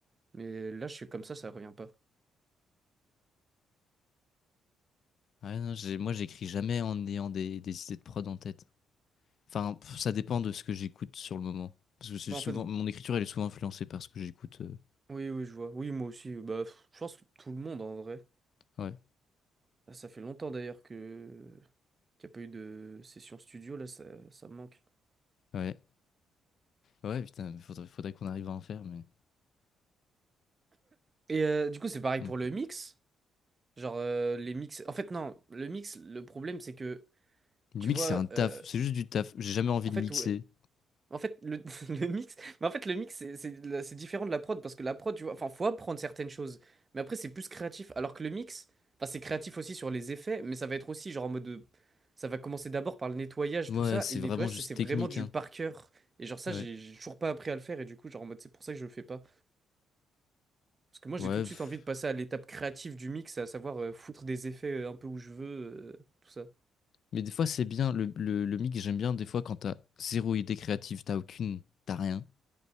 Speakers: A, on the right; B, on the left.
A: mais là, je suis comme ça, ça revient pas.
B: Ouais, non, j'ai- moi, j'écris jamais en ayant des, des idées de prod en tête. Enfin, pff, ça dépend de ce que j'écoute sur le moment. Parce que c'est
A: Bah,
B: souvent,
A: en fait, vous-
B: mon écriture, elle est souvent influencée par ce que j'écoute. euh,
A: oui, oui, je vois. Oui, moi aussi. euh, Bah, pff, je pense que tout le monde, en vrai.
B: Ouais,
A: Là, ça fait longtemps, d'ailleurs, que qu'il n'y a pas eu de session studio, là, ça, ça me manque.
B: ouais, ouais, putain, faudrait, faudrait qu'on arrive à en faire, mais.
A: Et euh, du coup, c'est pareil
B: Mm.
A: pour le mix. Genre, euh, les mix... En fait, non, le mix, le problème, c'est que,
B: Le
A: tu
B: mix,
A: vois,
B: c'est un taf,
A: euh,
B: c'est juste du taf. J'ai jamais envie
A: en fait,
B: de mixer.
A: ouais, En fait, le, <laughs> le mix, mais en fait, le mix, c'est c'est la- c'est différent de la prod parce que la prod, tu vois, enfin, faut apprendre certaines choses, mais après, c'est plus créatif. Alors que le mix, enfin, c'est créatif aussi sur les effets, mais ça va être aussi genre en mode, de- ça va commencer d'abord par le nettoyage,
B: Ouais,
A: tout ça,
B: c'est
A: et le
B: vraiment
A: nettoyage,
B: juste
A: c'est c'est vraiment
B: technique,
A: du
B: hein.
A: par cœur. Et genre ça,
B: Ouais,
A: j'ai j'ai toujours pas appris à le faire, et du coup, genre en mode, c'est pour ça que je le fais pas. Parce que moi, j'ai
B: ouais.
A: tout de
B: pff.
A: suite envie de passer à l'étape créative du mix, à savoir euh, foutre des effets euh, un peu où je veux, euh, tout ça.
B: Mais des fois, c'est bien, le, le, le mix, j'aime bien, des fois, quand t'as zéro idée créative, t'as aucune, t'as rien.